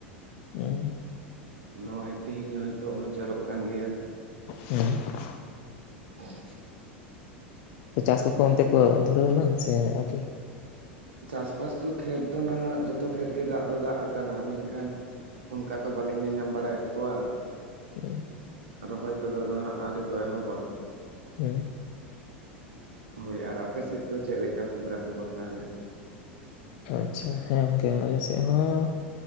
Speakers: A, on the left; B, on the right.
A: ᱦᱮᱸ
B: ᱱᱚᱜᱼᱚᱭ ᱛᱮᱦᱮᱧ ᱦᱚᱸ ᱱᱤᱛᱚᱜ ᱦᱚᱸ ᱡᱚᱨᱚᱜ ᱠᱟᱱ ᱜᱮᱭᱟ
A: ᱦᱮᱸ <unintelligible>
B: ᱦᱮᱸ <inaudible>
A: ᱪᱟᱥ ᱠᱚᱠᱚ ᱚᱱᱛᱮ ᱠᱚ ᱫᱷᱩᱨᱟᱹᱣᱱᱟ ᱥᱮ ᱟᱹᱣᱨᱤ
B: ᱪᱟᱥᱵᱟᱥ ᱫᱚ ᱠᱷᱮᱛ ᱫᱚ ᱱᱟᱦᱟᱜ ᱡᱚᱛᱚ ᱡᱚᱛᱚ ᱠᱷᱮᱛ ᱜᱮ ᱫᱟᱜ ᱫᱚ ᱫᱟᱜ ᱟᱠᱟᱱᱟ ᱢᱮᱱᱠᱷᱟᱱ ᱚᱱᱠᱟ ᱛᱚ ᱵᱟᱞᱤᱧ ᱧᱮᱧᱟᱢ ᱵᱟᱲᱟᱭᱮᱫ ᱠᱚᱣᱟ
A: ᱦᱮᱸ
B: ᱨᱚᱦᱚᱭ ᱠᱚᱫᱚ ᱱᱟᱦᱟᱜ ᱟᱹᱣᱨᱤ ᱠᱚ ᱮᱦᱚᱵᱟ
A: ᱦᱮᱸ
B: ᱦᱳᱭ ᱟᱨ ᱟᱯᱮ ᱥᱮᱫ ᱫᱚ ᱪᱮᱫ ᱞᱮᱠᱟ ᱠᱷᱚᱵᱽᱨᱟ ᱠᱷᱚᱵᱚᱨ ᱛᱟᱦᱚᱞᱮ
A: ᱟᱪᱪᱷᱟ ᱦᱮᱸ ᱜᱚᱝᱠᱮ ᱟᱞᱮᱥᱮᱫ ᱦᱚᱸ